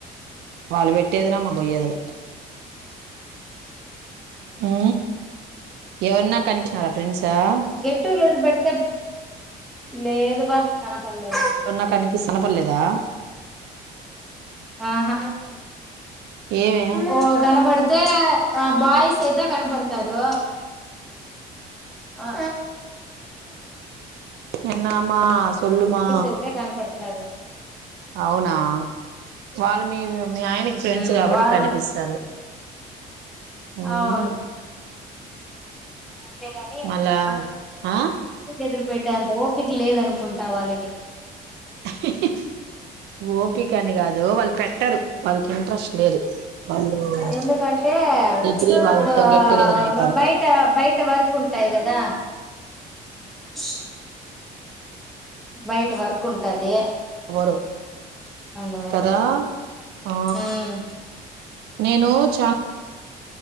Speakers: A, on the right (about 80°); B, in the centre.
A: వాళ్ళు పెట్టేదిలా మా పోయేదిలా ఊ ఎవన్నా కనిపించినారా ఫ్రెండ్స్ ఎవరన్నా
B: గెట్ టు గేదర్ పెడితే లేదు బా కనపడలేదు
A: నాకు కనిపిస్ కనపడ లేదా
B: ఆహ
A: ఏమే
B: ఓ కనపడితే ఆ బాయ్స్ అయితే కనపడతారు ఆ
A: ఎన్నమ్మా సొల్లుమా
B: అయితే కనపడతారు
A: అవునా వాల్ మీరు మీ ఆయనకి ఫ్రెండ్స్
B: ఉమ్
A: కాబట్టి
B: వాళ్ళు
A: కనిపిస్తారు ఉమ్
B: అవును అంతే గాని
A: మళ్ళా
B: గేట్
A: ఆ
B: టు గెదర్ పెట్టేంత ఓపిక లేదనుకుంటా వాళ్ళకి
A: హి హి ఓపికని కాదు వాళ్ళు పెట్టరు వాళ్ళకి ఇంట్రెస్ట్ లేదు వాళ్ళు
B: ఎందుకంటే
A: టెన్త్ డిగ్రీ
B: ఇప్పుడు
A: వాళ్ళతో గెట్ టుగెదర్ అయితారు
B: బయట బయట వర్క్ ఉంటాయి కదా స్ బయట వర్క్ ఉంటది
A: వోరు
B: అందువల్ల
A: కదా ఆ
B: ఉమ్
A: నేను చా